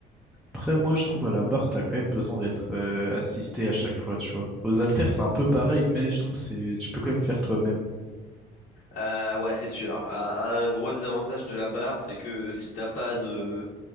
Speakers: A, in the centre; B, on the left.
A: Après moi je trouve à la barre t'as quand même besoin d'être euh, assisté à chaque fois, tu vois. Aux haltères c'est un peu pareil mais je trouve c'est tu peux quand même faire toi-même.
B: Euh, ouais, c'est sûr. Un, un gros désavantage de la barre, c'est que si t'as pas de,